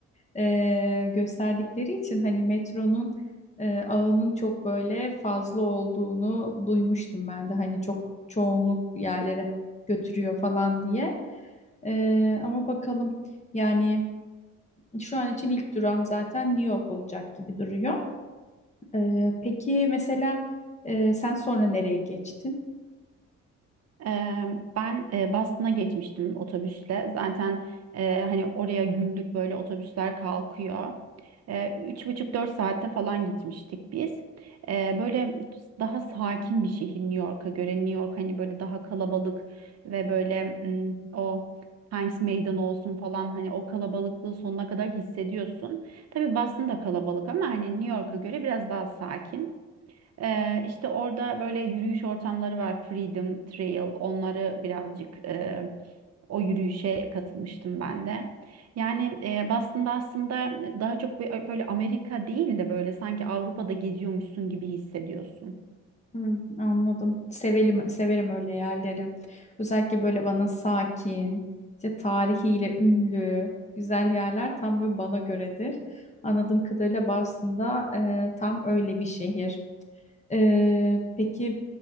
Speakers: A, on the left (about 25°); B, on the right (about 55°).
A: eee, gösterdikleri için hani metronun eee, ağının çok böyle fazla olduğunu duymuştum ben de hani çok çoğunluk yerlere götürüyor falan diye Eee, ama bakalım yani şu an için ilk durağım zaten New York olacak gibi duruyor. Ee, peki mesela e, sen sonra nereye geçtin?
B: Eee, Ben eee, Boston'a geçmiştim otobüsle. Zaten eee, hani oraya günlük böyle otobüsler kalkıyor. Eee, Üç buçuk dört saatte falan gitmiştik biz. Eee, Böyle daha sakin bir şehir New York'a göre. New York hani böyle daha kalabalık ve böyle mm, o Times Meydanı olsun falan hani o kalabalıklığı sonuna kadar hissediyorsun. Tabii Boston da kalabalık ama hani New York'a göre biraz daha sakin. Ee, işte orada böyle yürüyüş ortamları var. Freedom Trail. Onları birazcık e, o yürüyüşe katılmıştım ben de. Yani e, Boston'da aslında daha çok bö- böyle Amerika değil de böyle sanki Avrupa'da geziyormuşsun gibi hissediyorsun.
A: Hı, anladım. Sevelim, severim öyle yerleri. Özellikle böyle bana sakin, işte tarihiyle ünlü, güzel yerler tam böyle bana göredir. Anladığım kadarıyla Boston'da e, tam öyle bir şehir. E, peki